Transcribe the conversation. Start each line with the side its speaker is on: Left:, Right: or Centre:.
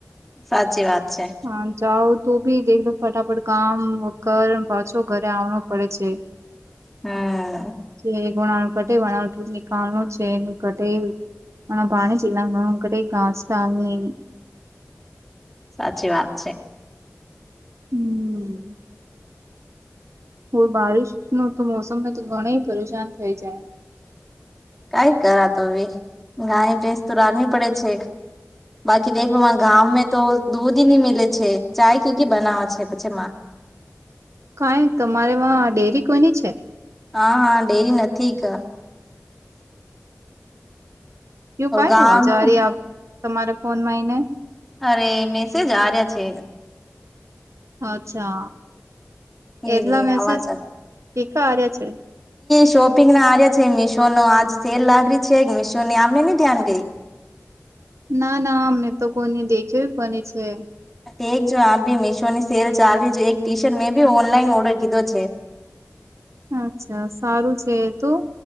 Centre: સાચી વાત છે.
Right: હા જાઉ તો બી દેખ ફટાફટ કામ કર પાછો ઘરે આવવા પડે છે.
Centre: હા.
Right: જે ગણા વકટે વપુર ની કારણ છે એ ઘટે. મને બાણે જિલ્લાનો અટે કાસાલની.
Centre: સાચી વાત છે.
Right: હમ્મ. હો બારિશ નુ તો મોસમને તો ઘણ પરેશાન થઈ જાય.
Centre: કઈ કરા તો ભી ગાય ભેંસ તો રાનવી પડે છે. બાકી દેખલ ગામમે તો દૂધ નહી મિલે છે ચાય કીકી બનાવે છે પછીમાં.
Right: કઈ તમારેમાં ડેરી કોઈની છે?
Centre: હા હા ડેરી નથી કા.
Right: એયું કઈ
Centre: ગામ
Right: અવાજારી આપ તમારા ફોન માં આઈને
Centre: અરે મેસેજ આર્યા છે.
Right: અચ્છા એટલા
Centre: એલે
Right: મેસેજ
Centre: આવાજ
Right: <unintelligible> આ્યા છે.
Centre: શોપિંગ ના આ્યા છે મીશો ન આજ સેલ લાગડી છે કે મિશો ની આપને નહી ધ્યાન કઈ.
Right: ના ના અમને તો કોઈ ન દેખે પણ છે.
Centre: એક જો આપ ભી મીશો ની સેલ ચાલ રહી છે એક ટી શર્ટ મેં ભી ઓનલાઈન ઓર્ડર કીધો છે.
Right: અચ્છા સારું છે તું